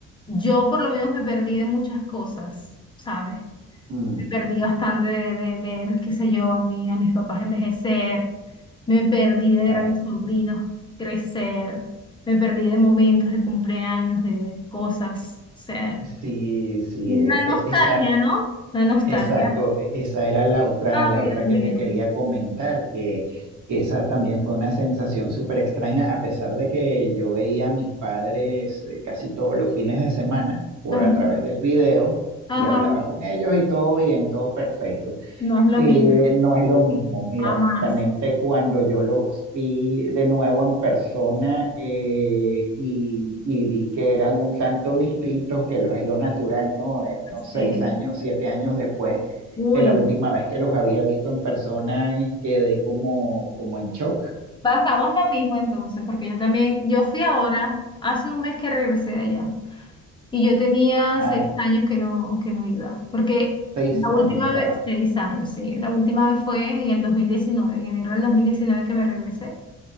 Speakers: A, on the left (about 15°); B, on the right (about 75°).
A: yo por lo menos me perdí de muchas cosas, ¿sabes?
B: Mm,
A: Me perdí bastante de, de ver, qué sé yo, a mí, a mis papás envejecer, me perdí de
B: claro.
A: ver a mis sobrinos crecer, me perdí de momentos de cumpleaños, de, de cosas, o sea,
B: Sí, sí,
A: la
B: e- e-
A: nostalgia,
B: esa,
A: ¿no? La nostalgia.
B: Exacto, e- esa era la otra,
A: Ay,
B: la otra
A: Dios mío.
B: que te quería comentar, que, que esa también fue una sensación súper extraña, a pesar de que yo veía a mis padres eh, casi todos los fines de semana por
A: Ajá,
B: a través del video
A: ajá,
B: y hablaba con ellos y todo bien, todo perfecto.
A: no es lo
B: Eh,
A: mismo,
B: no es lo mismo. Mira,
A: jamás.
B: justamente cuando yo los vi de nuevo en persona eh, y, y vi que eran un tanto distintos, que lo es lo natural, ¿no? Eh, unos
A: Así
B: seis
A: es.
B: años, siete años después
A: Uy,
B: de la última vez que los había visto en persona, y quedé como, como en shock.
A: pasamos lo mismo entonces, porque yo también, yo fui ahora, hace un mes que regresé de allá, y yo tenía
B: Ah,
A: seis años que no, que no iba, porque
B: seis
A: la última
B: años, wow.
A: vez, seis años, sí, la última vez fue en el dos mil diecinueve en enero del dos mil diecinueve que me regresé,